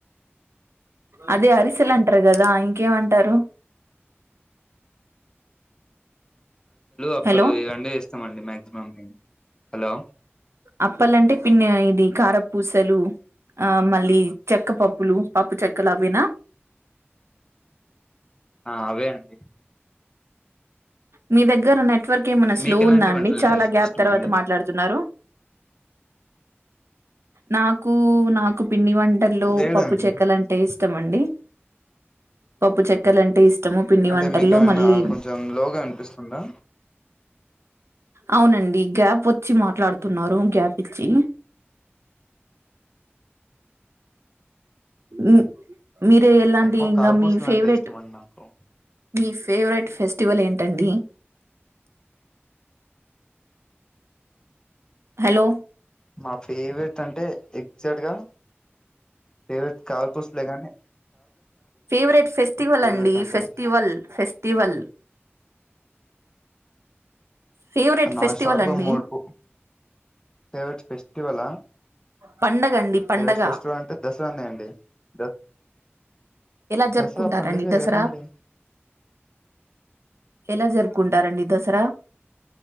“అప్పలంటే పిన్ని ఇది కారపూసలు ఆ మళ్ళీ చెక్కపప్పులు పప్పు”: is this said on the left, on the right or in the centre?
Right